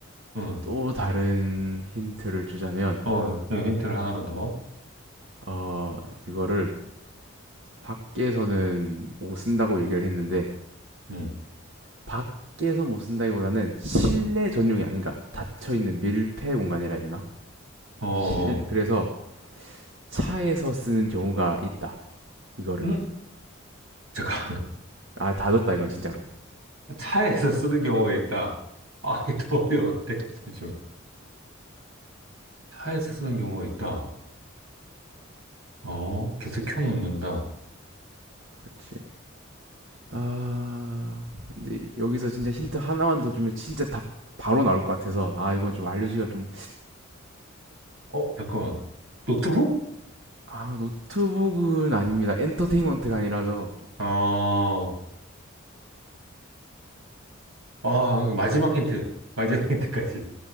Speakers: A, on the right; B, on the right.
A: 응,
B: 또 다른 힌트를 주자면,
A: 어, 예. 네, 힌트를 하나만 더,
B: 어, 이거를 밖에서는 못 쓴다고 얘기를 했는데,
A: 응,
B: 밖에서 못 쓴다기보다는 실내 전용이 아닌 가 닫혀있는 밀폐 공간이라 해야 되나?
A: 어, 어,
B: 실내, 그래서 차에서 쓰는 경우가 있다. 이거를.
A: 응? 잠깐만,
B: 아, 다줬다,
A: <laughs>
B: 이건 진짜로.
A: 차에서 쓰는 경우가 있다. 아, 이더 어려운데, <laughs> 지금. 차에서 쓰는 경우가 있다. 어, 계속 켜놓는다.
B: 그치. 아, 근데 여기서 진짜 힌트 하나만 더 주면 진짜 답 바로 나올 것 같아서, 아, 이건 좀 알려주기가 좀,
A: 어, 잠깐만, 노트북?
B: 아, 노트북은 아닙니다. 엔터테인먼트가 아니라서.
A: 어, 아, 마지막 힌트, 마지막 힌트까지.